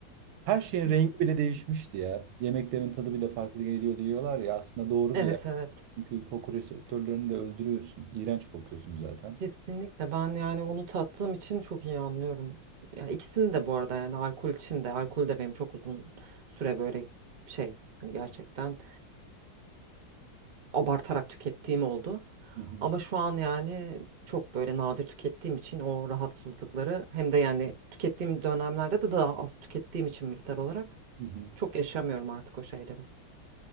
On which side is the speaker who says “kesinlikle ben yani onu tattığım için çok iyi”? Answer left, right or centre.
Right